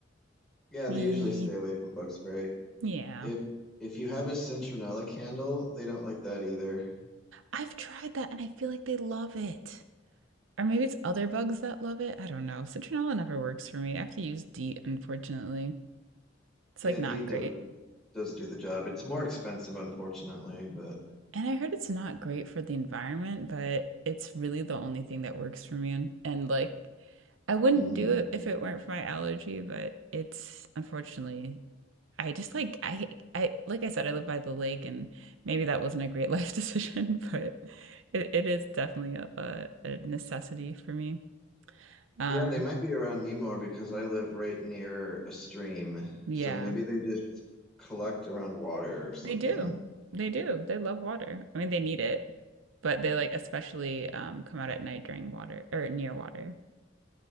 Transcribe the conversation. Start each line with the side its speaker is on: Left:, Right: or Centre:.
Centre: Yeah,
Right: Yee.
Centre: they usually stay away from bug spray.
Right: Yeah.
Centre: If if you have a citronella candle, they don't like that either.
Right: I've tried that and I feel like they love it. Or maybe it's other bugs that love it, I don't know. Citronella never works for me. I have to use DEET, unfortunately. It's,
Centre: Yeah,
Right: like,
Centre: DEET
Right: not great.
Centre: does does do the job. It's more expensive, unfortunately, but
Right: And I heard it's not great for the environment, but it's really the only thing that works for me, and and, like, I wouldn't
Centre: mhm.
Right: do it if it weren't for my allergy, but it's unfortunately I just, like, I I like I said, I live by the lake, and maybe that wasn't a great life <laughs> decision, but it it is definitely a a a necessity for me. Um,
Centre: yeah, they might be around me more because I live right near a stream.
Right: yeah.
Centre: So maybe they just collect around water or something.
Right: They do. They do. They love water. I mean, they need it, but they like especially um come out at night during water or near water.